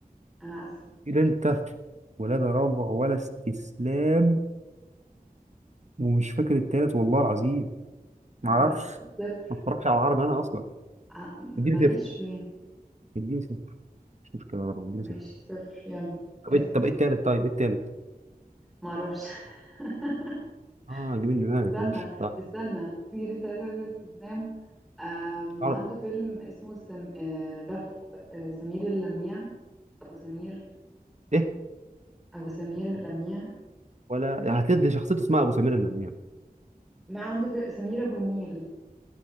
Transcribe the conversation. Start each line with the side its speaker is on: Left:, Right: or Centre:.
Centre: أنا آسفة
Right: طير أنت ولا تراجع ولا استسلام ومش فاكر التالت والله العظيم معرفش
Centre: م- هتاخد صفر
Right: ما اتفرجش على العربي أنا أصلا
Centre: ع-
Right: دي
Centre: ماليش فيه
Right: اديني صفر مش مشكلة برضه اديني
Centre: ماشي
Right: صفر
Centre: صفر يلا
Right: طب
Centre: اسأل
Right: ايه طب ايه التالت طيب ايه التالت؟
Centre: معرفش <laughs>
Right: اه جيب من دماغك
Centre: استنى
Right: ماشي طيب
Centre: استنى طير انت لا تركز ابتسام آم،
Right: تعرف
Centre: عنده فيلم اسمه سم... آه، لف آه، سمير اللميع ابو سمير
Right: ايه
Centre: ابو سمير اللميع
Right: ولا يعني هتلاقي شخصيته اسمها ابو سمير النمير
Centre: لا عنده في... سمير ابو النيل